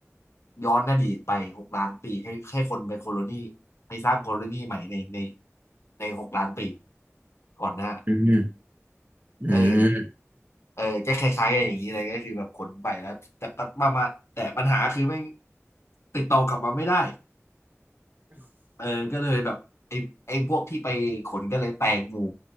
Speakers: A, on the left; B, on the right.
A: ย้อนอดีตไปหกล้านปีให้ให้คนเป็นโคโลนีให้สร้างโคโลนีใหม่ในในในหกล้านปีก่อนหน้า
B: อืมอืม
A: เออเออก็คล้ายๆกันอย่างนี้เลยก็คือแบบขนไปแล้วแต่ก็มามาแต่ปัญหาคือแม่งติดต่อกลับมาไม่ได้เออก็เลยแบบไอ้ไอ้พวกที่ไปขนก็เลยแตกหมู่